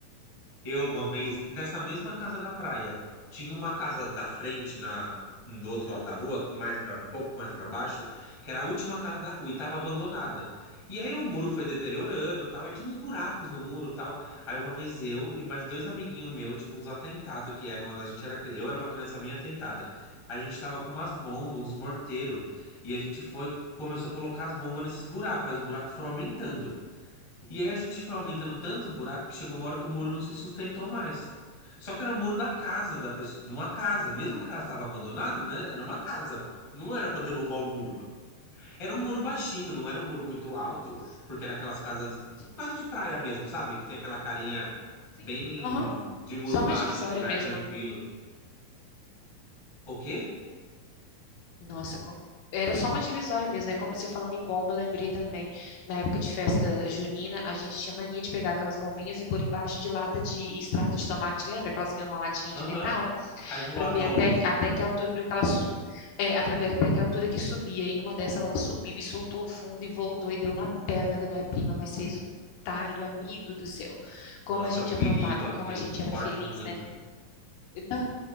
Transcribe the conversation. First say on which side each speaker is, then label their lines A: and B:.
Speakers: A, on the left; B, on the left.
A: Eu, uma vez, nessa mesma casa da praia, tinha uma casa da frente, na, hum, do outro lado da rua, mais pra, um pouco mais para baixo, que era a última casa da rua e estava abandonada. E aí o muro foi deteriorando, tal, aí tinha uns buracos no muro, tal. Aí uma vez eu e mais dois amiguinhos meus, tipo uns atentados que eram, a gente era, cri- eu era uma criança bem atentada. A gente tava com umas bombas, uns morteiros, e a gente foi, começou a colocar as bombas nesses buracos, aí os buracos foram aumentando. E aí a gente foi aumentando tanto
B: Uhum.
A: o buraco que chegou uma hora que o muro não se sustentou mais. Só que era o muro da casa, da pessoa, de uma casa. Mesmo que a casa estava abandonada, né? Era uma casa. Não era para derrubar
B: Sim.
A: o muro. Era um muro baixinho, não era um muro muito alto,
B: Nossa.
A: porque era aquelas casas de,
B: Sim.
A: quase de praia mesmo, sabe? Que tem aquela carinha
B: Sim.
A: bem
B: Aham.
A: de muro
B: Só
A: baixo,
B: uma divisória
A: de lugar
B: mesmo.
A: tranquilo. O quê?
B: Nossa, co- era só uma divisória mesmo, né? Como você falando em bomba, eu lembrei também, na época de festa junina, a gente tinha mania de pegar aquelas bombinhas e pôr embaixo de lata de extrato de tomate. Lembra que elas vinham numa latinha
A: Aham.
B: de metal?
A: Aí voava
B: Pra ver
A: longe.
B: até, até que altura que elas. É, pra ver até que altura que subia. E numa dessa ela subiu e soltou o fundo e voltou e deu na perna da minha prima, mas fez um talho, amigo do céu. Como
A: Nossa,
B: a gente
A: é um perigo
B: aprontava
A: aquilo.
B: e como a gente era
A: Corta
B: feliz,
A: muito.
B: né? Na-